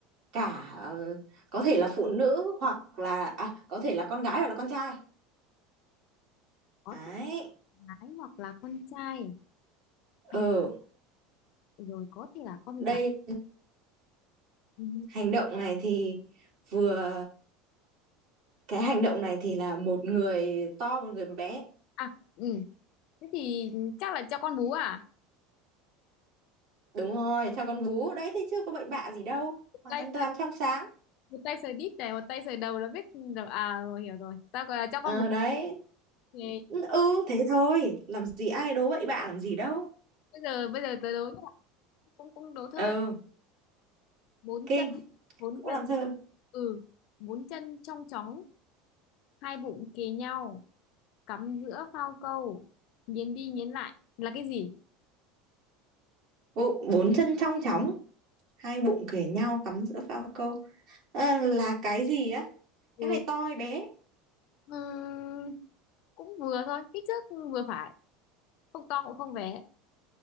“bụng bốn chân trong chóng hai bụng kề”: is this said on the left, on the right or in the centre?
Right